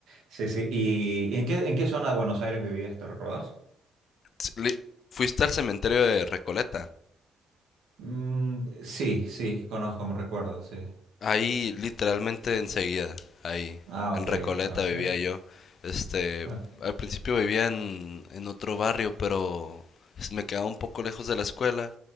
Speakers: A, on the right (about 80°); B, on the left (about 55°).
A: Sí, sí. ¿Y en qué, en qué zona de Buenos Aires vivías? ¿Te recordás?
B: Sí, li- Fuiste al cementerio de Recoleta.
A: Mm, sí, sí, conozco, me recuerdo, sí.
B: Ahí, literalmente enseguida, ahí,
A: Ah,
B: en
A: ok,
B: Recoleta
A: ok,
B: vivía yo. Este,
A: ok.
B: al principio vivía en, en otro barrio, pero s- me quedaba un poco lejos de la escuela